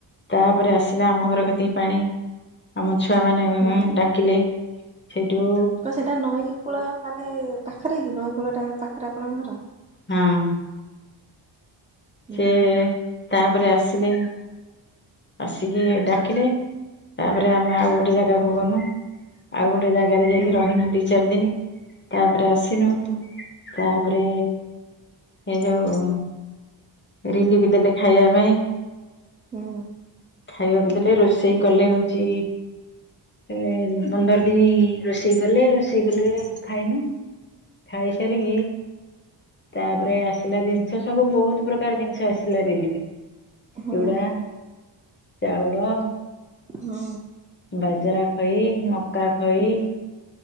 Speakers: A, on the left; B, on the right.
A: ତାପରେ ଆସିଲା ଆମ
B: ହୁଁ
A: ଘର କତିକି ପାଣି। ଆମ ଛୁଆ ମାନେ
B: ହୁଁ
A: ଡାକିଲେ ହେଇଟୁ
B: ତ ସେଟା ନଈକୂଳ ମାନେ ପାଖେରେ କି ନଈକୂଳ ଟା ପାଖେରେ ଆପଣଙ୍କ ଘର?
A: ହଁ।
B: ହୁଁ
A: ସେ
B: ହୁଁ
A: ତାପରେ ଆସିଲେ ଆସିକି ଡାକିଲେ ତାପରେ ଆମେ ଆଉ ଗୋଟେ ଜାଗାକୁ ଗନୁ। ଆଉ ଗୋଟେ ଜାଗାରେ ଯାଇକି
B: ହୁଁ
A: ରହିନୁ ଦି ଚାରି ଦିନି ତାପରେ ଆସିନୁ
B: ହୁଁ
A: ତାପରେ ଏ ଯଉ ରିଲିଫି ଦେଲେ ଖାଇବା ପାଇଁ।
B: ହୁଁ।
A: ଖାଇବାକୁ ଦେଲେ ରୋଷେଇ କଲେ ହଉଚି ଏ ପନ୍ଦର ଦିନି ରୋଷେଇ କଲେ ରୋଷେଇ କଲେ ଖାଇନୁ। ଖାଇ ସାରିକି ତାପରେ ଆସିଲା ଜିନିଷ ସବୁ ବହୁତ୍ ପ୍ରକାର ଜିନିଷ ଆସିଲା ରିଲିଫି ରେ
B: ହୁଁ
A: ଚୁଡା, ଚାଉଳ
B: ହୁଁ।
A: ବାଜରା ଖଇ, ମକା ଖଇ,
B: ହୁଁ